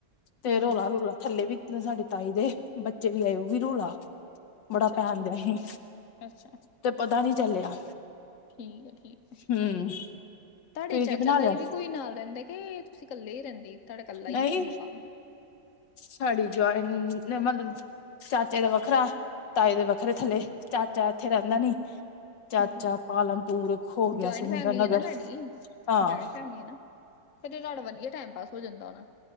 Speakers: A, on the left; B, on the left.
A: ਤੇ
B: ਹਮ
A: ਰੋਲਾ-ਰੁਲਾ
B: ਹਮ
A: ਥੱਲੇ ਵੀ ਸਾਡੇ ਤਾਈ ਦੇ ਬੱਚੇ ਵੀ ਆਏ ਉਹ ਵੀ ਰੋਲਾ ਬੜਾ
B: ਅੱਛਾ
A: ਪੈਨ
B: ਅੱਛਾ
A: ਦਿਆ ਸੀ
B: ਅੱਛਾ
A: ਤੇ ਪਤਾ ਨੀ ਚੱਲਿਆ
B: ਠੀਕ ਆ ਠੀਕ
A: ਹੂੰ
B: ਆ ਤੁਹਾਡੇ
A: ਤੁਸੀਂ
B: ਚਾਚਾ
A: ਕੀ ਬਣਾ
B: ਤਾਈ
A: ਲਿਆ
B: ਵੀ ਕੋਈ ਨਾਲ ਰਹਿੰਦਾ ਮੈ ਕਿਹੈ ਤੁਸੀਂ ਇਕੱਲੇ ਰਹਿੰਦੇ ਤੁਹਾਡਾ ਇਕੱਲਾ ਹੀ
A: ਨਹੀਂ
B: ਆ ਮਕਾਨ
A: ਸਾਡੀ ਜੁਆਇਨ ਮਤਲਬ ਚਾਚੇ ਦਾ ਵੱਖਰਾ ਤਾਏ ਦੇ ਵੱਖਰੇ ਥੱਲੇ ਚਾਚਾ ਇੱਥੇ ਰਹਿੰਦਾ ਨੀ ਚਾਚਾ
B: ਹਾਂ
A: ਪਾਲਮਪੁਰ ਹੋ ਗਿਆ
B: ਜਇੰਟ
A: ਸੁੰਦਰ
B: ਫੈਮਿਲੀ
A: ਨਗਰ
B: ਆ ਨਾ ਤੁਹਾਡੀ
A: ਹਾਂ
B: ਆਇੰਟ <unintelligible> ਫੈਮਲੀ ਨਾ ਫ <unintelligible> ਤੁਹਾਡਾ ਵਧੀਆ ਟਾਈਮ ਪਾਸ ਹੋ ਜਾਂਦਾ ਉਹ ਨਾ